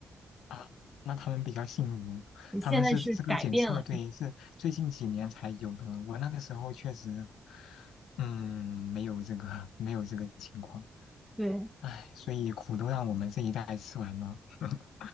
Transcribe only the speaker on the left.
啊，那他们比较幸福，
他们是这个检测，对，是最近几年才有的。我那个时候确实，嗯，没有这个，没有这个情况。
唉，所以苦都让我们这一代吃完了。<laughs>